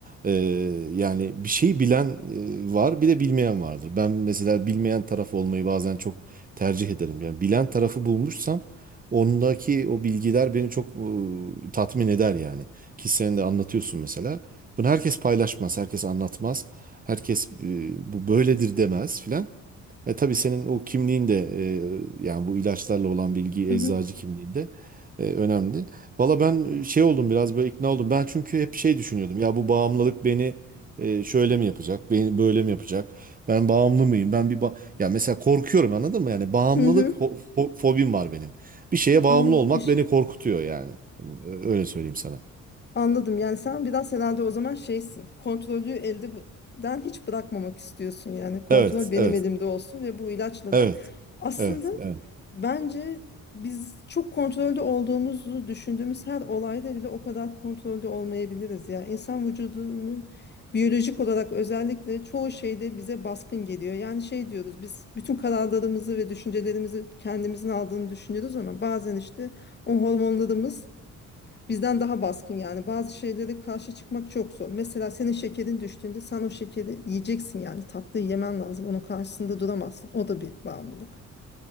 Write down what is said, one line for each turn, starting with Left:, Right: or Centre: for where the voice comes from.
Right: Ee, yani bir şeyi bilen e, var bir de bilmeyen vardır. Ben mesela bilmeyen taraf olmayı bazen çok tercih ederim. Yani bilen tarafı bulmuşsam ondaki o bilgiler beni çok e, tatmin eder yani. Ki sen de anlatıyorsun mesela. Bunu herkes paylaşmaz, herkes anlatmaz. Herkes e, bu böyledir demez filan. E tabii senin o kimliğin de e, yani bu ilaçlarla olan bilgi
Left: Hı
Right: eczacı
Left: hı.
Right: kimliğinde e, önemli. Valla ben e, şey oldum biraz böyle ikna oldum. Ben çünkü hep şey düşünüyordum. Ya bu bağımlılık beni e, şöyle mi yapacak? Beni böyle mi yapacak? Ben bağımlı mıyım? Ben bir ba- ya mesela korkuyorum anladın mı? Yani bağımlılık
Left: Hı hı.
Right: ho- fo- fobim var benim. Bir şeye bağımlı
Left: Anladım.
Right: olmak
Left: Bir şey
Right: beni korkutuyor yani. Ö- Öyle söyleyeyim sana.
Left: Anladım. Yani sen biraz herhalde o zaman şeysin. Kontrolü elden hiç bırakmamak istiyorsun. Yani kontrol
Right: Evet,
Left: benim
Right: evet.
Left: elimde olsun ve bu ilaçla
Right: Evet.
Left: da aslında
Right: Evet. Evet.
Left: bence biz çok kontrolde olduğumuzu düşündüğümüz her olayda bile o kadar kontrolde olmayabiliriz ya. İnsan vücudunun biyolojik olarak özellikle çoğu şeyde bize baskın geliyor. Yani şey diyoruz biz bütün kararlarımızı ve düşüncelerimizi kendimizin aldığını düşünüyoruz ama bazen işte o hormonlarımız Bizden daha baskın yani bazı şeylere karşı çıkmak çok zor. Mesela senin şekerin düştüğünde sen o şekeri yiyeceksin yani tatlıyı yemen lazım. Onun karşısında duramazsın. O da bir bağımlılık.